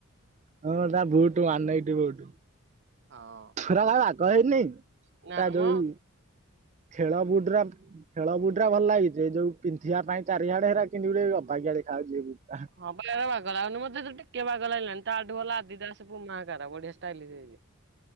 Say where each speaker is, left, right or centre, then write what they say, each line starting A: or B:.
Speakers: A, on the right; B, on the right.
A: ହଁ ତା ବୁଟ ମାନ ଏଠି ବୁଟୁ।
B: ହଁ।
A: ଥୁ ହେରା ବାଗ ହେଇନି
B: ନା
A: ତା ଯୋଉ
B: ମ
A: ଖେଳ ବୁଟରା ଖେଳ ବୁଟରା ଭଲ ଲାଗିଛି ଏ ଯୋଉ ପିନ୍ଧିବା ପାଇଁ ଚାରିଆଡେ ହେରା କିନ୍ତି ଗୋଟେ ଅବାଗିଆ ଦେଖାଉଛିି। <unintelligible>
B: ହଁ ବା ବାଗ ଲାଗୁନି ମତେ ତ ଟିକେ ବାଗ ଲାଗିଲାନି ତାଠୁ ଭଲ ଆଦି ଦା ପୁମାକାର ବଢିଆଷ୍ଟାଇଲସ୍ ହେଇଚି।